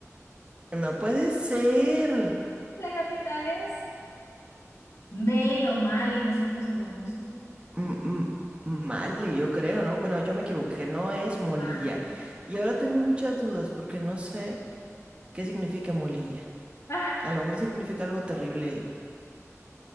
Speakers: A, on the right; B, on the left.
A: No puede ser.
B: La capital es Mail o Mali, no sé cómo se pronuncia.
A: M- m- Male, yo creo, ¿no? Bueno, yo me equivoqué, no es Molilla.
B: Vale.
A: Y ahora tengo muchas dudas porque no sé qué significa Molilla.
B: Ah,
A: A lo mejor significa algo terrible